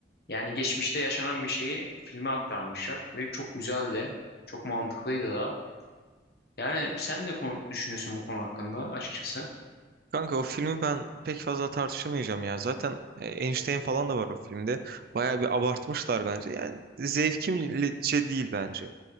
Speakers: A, on the left; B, on the right.
A: yani geçmişte yaşanan bir şeyi filme aktarmışlar. Ve çok güzeldi. Çok mantıklıydı da. Yani sen ne konu düşünüyorsun bu konu hakkında açıkçası?
B: Kanka o filmi ben pek fazla tartışamayacağım ya. Zaten e, Einstein falan da var o filmde. Bayağı bir abartmışlar bence. Yani zevkimce değil bence.